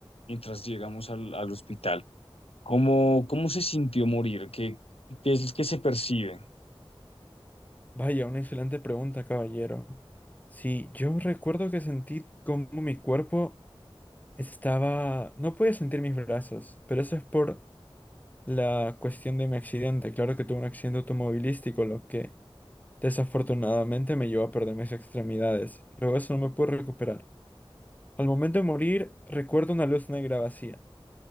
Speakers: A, on the left (about 90°); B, on the left (about 15°).
A: mientras llegamos al, al hospital. ¿Cómo, cómo se sintió morir? ¿Qué, qué es lo que se percibe?
B: Vaya, una excelente pregunta, caballero. Sí, yo recuerdo que sentí como mi cuerpo estaba... No podía sentir mis brazos, pero eso es por la cuestión de mi accidente. Claro que tuve un accidente automovilístico, lo que desafortunadamente me llevó a perder mis extremidades. Luego eso no me pude recuperar. Al momento de morir, recuerdo una luz negra vacía.